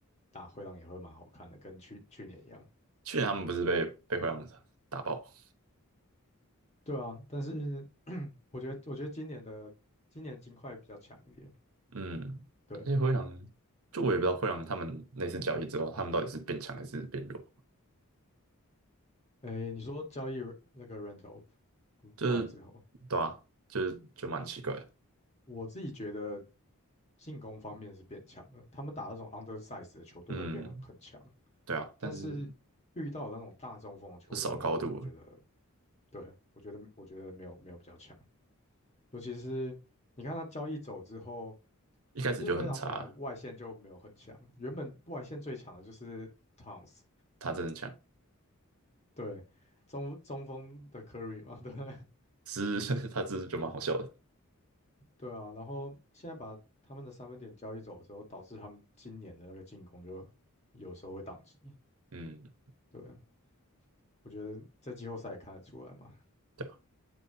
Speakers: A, on the left; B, on the right.
A: 打灰狼也会蛮好看的，跟去去年一样。
B: 去年他们不是被被灰狼打爆，
A: 对啊，但是我觉得我觉得今年的今年金块比较强一点。
B: 嗯，
A: 对，
B: 而且灰狼，就我也不知道灰狼他们那次交易之后，他们到底是变强还是变弱，
A: 诶，你说交易 r- 那个 Randolph
B: 就是对啊，
A: 过来之后，
B: 就是就蛮奇怪的，
A: 我自己觉得进攻方面是变强了，他们打那种 undersize 的球队会变得很强。
B: 嗯，对啊，
A: 但是遇到那种大中锋的球队的话，
B: 但是就少高度了，
A: 我觉得，对，我觉得，我觉得没有没有比较强。尤其是你看他交易走之后，
B: 一开始就很差，
A: 其实灰狼本来外线就没有很强，原本外线最强的就是 Towns，
B: 他真的强，
A: 对，中中锋的 Curry 嘛，<laughs> 对不对？<laughs>
B: 只是 <laughs> 他只是就蛮好笑的，
A: 对啊，然后现在把他们的三分点交易走之后，导致他们今年的那个进攻就有时候会宕机。
B: 嗯，
A: 对，我觉得在季后赛也看得出来嘛，
B: 对吧、